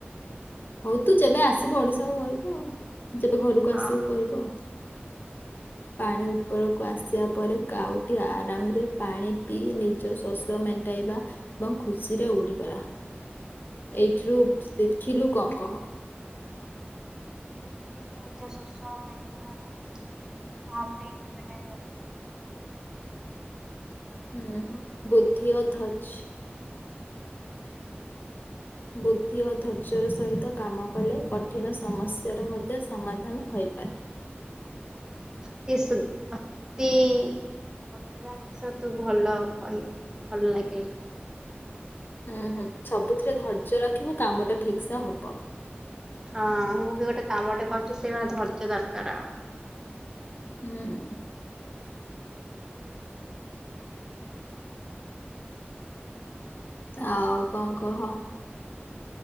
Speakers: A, on the left; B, on the right.
A: ହଉ ତୁ ଯେବେ ଆସିବୁ ଓଡ଼ିଶାକୁ କହିବୁ ଯେବେ ଘରକୁ ଆସିବୁ
B: ହଁ
A: କହିବୁ ଆଉ। <inaudible> ପାଣି ଉପରକୁ ଆସିବା ପରେ କାଉଟି ଆରାମରେ ପାଣି ପିଇ ନିଜ ଶୋଷ ମେଣ୍ଟାଇବା ଏବଂ ଖୁସିରେ ଉଡିଗଲା ଏଇଠରୁ କଣ କହ।
B: ଦେଖିଲେ କି ନିଜ ଶୋସ ମେଣ୍ଟେଇବା ଟା ଠିକ। ହଁ ଆପଣ ଇଣ୍ଡିପେଣ୍ଡେଟ ହୋଇଗଲେ।
A: ହୁଁ ବୁଦ୍ଧି ଓ ଧଜ୍ୟ ବୁଦ୍ଧି ଓ ଧର୍ଯ୍ୟର ସହିତ କାମ କଲେ କଠିନ ସମସ୍ୟାର ମଧ୍ୟ ସମାଧାନ ହୋଇପାରେ।
B: ଅତି ସି ଅତି ପ୍ରାକ୍ ଛତୁ ଭଲ କହି ଭଲ ଲାଗି
A: ହୁଁ ହୁଁ ସବୁଥିରେ ଧର୍ଯ୍ୟ ରଖିବୁ କାମ ଟା ଠିକ ସେ ହବ୍
B: ହଁ ମୁଁ ବି ଗୋଟେ କାମଟେ କରିୁଚି ସେଇଭଳିଆ ଧର୍ଯ୍ୟ ଦରକାର।
A: ହୁଁ। ଆଉ କଣ କହ?